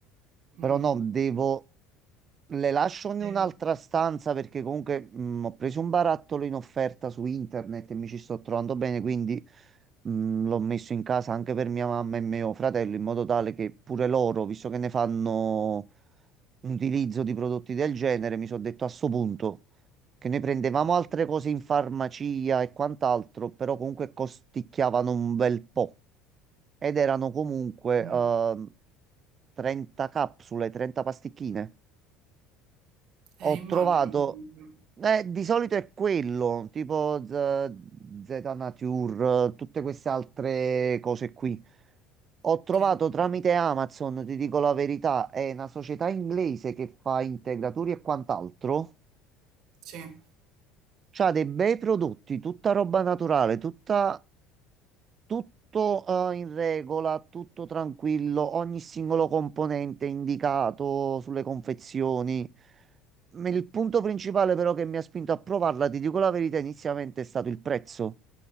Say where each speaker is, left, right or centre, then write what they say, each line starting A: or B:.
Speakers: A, on the right (about 60°); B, on the right (about 40°).
A: Mm.
B: però no, devo... Le lascio in
A: Eh,
B: un'altra stanza perché comunque mh, ho preso un barattolo in offerta su internet e mi ci sto trovando bene, quindi mh, l'ho messo in casa anche per mia mamma e mio fratello in modo tale che pure loro, visto che ne fanno utilizzo di prodotti del genere, mi sono detto a sto punto che noi prendevamo altre cose in farmacia e quant'altro, però comunque costicchiavano un bel po' ed erano comunque
A: mm.
B: ehm, 30 capsule, 30 pasticchine. Ho
A: Eh, immagino
B: trovato,
A: comunque.
B: eh, di solito è quello, tipo Z, Zeta Nature, eh, tutte queste altre cose qui. Ho trovato
A: Sì,
B: tramite Amazon, ti dico la verità, è una società inglese che fa integratori e quant'altro.
A: sì.
B: C'ha dei bei prodotti, tutta roba naturale, tutta, tutto eh, in regola, tutto tranquillo, ogni singolo componente indicato sulle confezioni. M- Il punto principale però che mi ha spinto a provarla, ti dico la verità, inizialmente è stato il prezzo,